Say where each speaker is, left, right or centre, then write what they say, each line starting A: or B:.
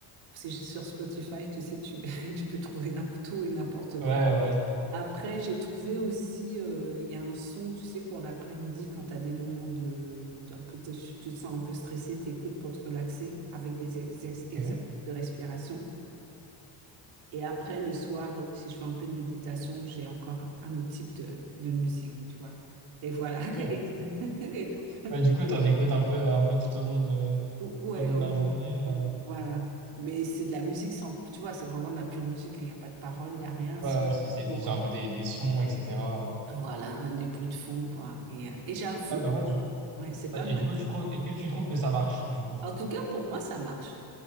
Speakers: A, on the right; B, on the right.
A: C'est juste sur Spotify, tu sais, tu, <laughs> tu peux trouver n'importe tout et n'importe
B: ouais.
A: quoi. Après, j'ai trouvé aussi, euh, il y a un son, tu sais, pour l'après-midi, quand tu as des moments de, un peu, tu te sens un peu stressé, t'écoutes pour te relaxer avec des ex- ex-
B: Ok.
A: exercices de respiration. Et après, le soir, euh, si je fais un peu de méditation, j'ai encore un un autre type de, de musique, tu vois. Et voilà.
B: Ok.
A: <laughs> Et tout. Et tout.
B: Ouais, du coup, t'en écoutes un peu, un peu tout au long de,
A: Ouais,
B: tout au long
A: on-
B: de la journée. euh.
A: on- voilà. Mais c'est de la musique sans, tu vois, c'est vraiment de la pure musique, hein, Il n'y a pas de parole, il n'y a rien.
B: Ouais,
A: C'est
B: ouais, c'est
A: juste
B: c'est
A: pour,
B: plus un
A: euh,
B: peu des, des sons, etc. euh.
A: voilà, un des bruits de fond, quoi. Et, euh, et j'avoue,
B: Ouais, bah, moi, je-
A: Ouais, c'est pas
B: Et
A: mal.
B: du coup, tu trouves, est-ce que tu trouves que ça marche, du coup?
A: En tout cas, pour moi, ça marche.